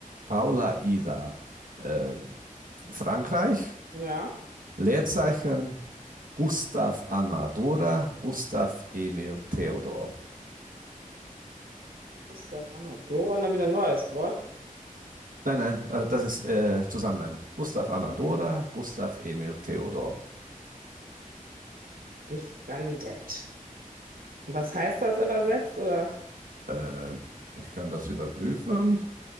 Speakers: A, on the right (about 75°); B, on the right (about 85°).
A: Paula Ida äh, Frankreich,
B: Ja.
A: Leerzeichen Gustav Anna Dora, Gustav Emil Theodor.
B: Gustav Anador und dann wieder ein neues Wort.
A: Nein, nein, äh, das ist äh, zusammen. Gustav Anna Dora, Gustav Emil Theodor.
B: Bifgandet. Was heißt das übersetzt? Oder
A: Äh, ich kann das überprüfen.